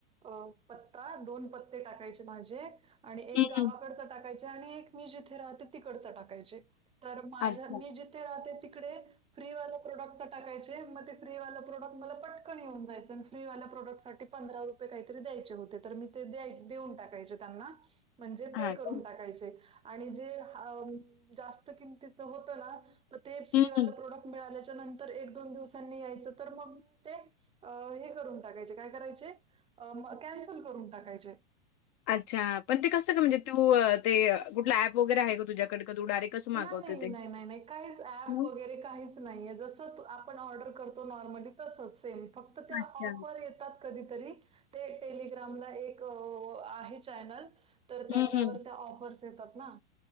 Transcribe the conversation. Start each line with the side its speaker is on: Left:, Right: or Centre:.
Right: अ पता, दोन पत्ते टाकायचे माझे. आणि एक
Left: हं,
Right: गावाकडचं
Left: हं.
Right: टाकायचे, आणि एक मी जिथे राहते तिकडच टाकायचे. तर माझ्या,
Left: अच्छा.
Right: मी जिथे राहते तिकडे फ्रीवाला प्रोडक्टचा टाकायचे, मग ते फ्रीवाला प्रोडक्ट मला पटकन येऊन जायचं, अन फ्रीवाला प्रोडक्ट साठी पंधरा रुपये काहीतरी द्यायचे होते तर मी ते द्याय देऊन टाकायचे त्यांना. म्हणजे
Left: हां
Right: पे करून
Left: का?
Right: टाकायचे आणि जे हा जास्त किमतीच होत ना तर ते फ्री
Left: हं,
Right: वाल
Left: हं.
Right: प्रोडक्ट मिळाल्याच्या नंतर एक दोन दिवसांनी यायचं तर मग मी ते हे करून टाकायचे काय करायचे कॅन्सल करून टाकायचे.
Left: अच्छा पण ते कसं ग म्हणजे तू ते कुठला ऍप वगैरे आहे का तुझ्याकडे? का तू डायरेक्ट कसं मागवते
Right: नाही
Left: ते?
Right: नाही नाही नाही काहीच ऍप
Left: मग?
Right: वगैरे काहीच नाही जस आपण ऑर्डर करतो नॉर्मली तसच सेम फक्त त्या
Left: अच्छा.
Right: ऑफर येतात कधीतरी ते टेलिग्रामला एक आहे चॅनल. तर त्याच्यावर
Left: हं, हं.
Right: त्या ऑफर्स येतात ना.